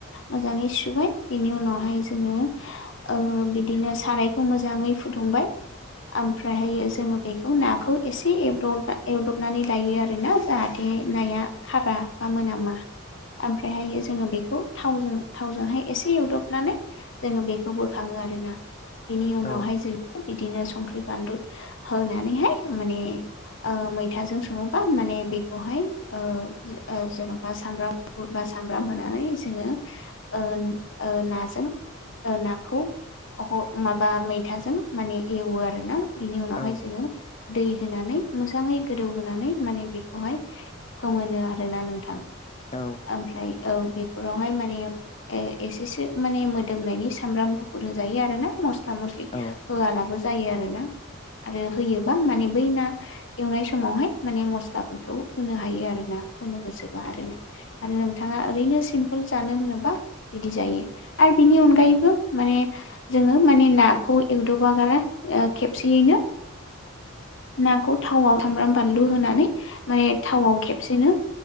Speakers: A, on the left; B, on the left.
A: मोजाङै सुबाय बेनि उनावहाय जोङो ओ बिदिनो सारायखौ मोजाङै फुदुंबाय ओमफ्रायहायो जोङो बेखौ नाखौ एसे एदब एवदबनानै लायो आरोना जाहाथे बे नाया खारा बा मोनामा ओमफ्रायहायो जोङो बेखौ थावजों थावजोंहाय एसे एवदबनानै जोङो बेखौ बेखौ बोखाङो आरोना बेनि उनावहाय
B: औ
A: जोंङो बिदिनो संख्रि बानलु होनानैहाय माने ओ मैथाजों सङोबा माने बेखौहाय ओ ओ जेन'बा सामब्राम गुफुरबा सामब्राम होनानै जोङो ओ ओ नाजों ओ नाखौ अह माबा मैथाजों माने एवो आरो ना बिनि उनावहाय
B: औ
A: जोङो दै होनानै मोजाङै गोदौ होनोनानै माने बेखौहाय फोमोनो आरोना नोंथां
B: औ
A: ओमफ्राय औ बेफोरावहाय माने ए- एसेसो माने मोदोमनायनि सामब्राम गुफुर होजायो आरो ना मस्ला मस्लि
B: औ
A: होआलाबो जायो आरो ना आरो होयोबा माने बै ना एवनाय समावहाय माने मस्लाफोरखौ होनो हायो आरो ना। होनो गोसोबा आरोना आरो नोंथाङा ओरैनो सिम्पोल जानो होनोब्ला बिदि जायो। बिनि अनगायै माने जोङो माने नाखौ एवदबागारा ओ खेबसेयैनो नाखौ थावआव सामब्राम बानलु होनानै माने थावआव खेबसेनो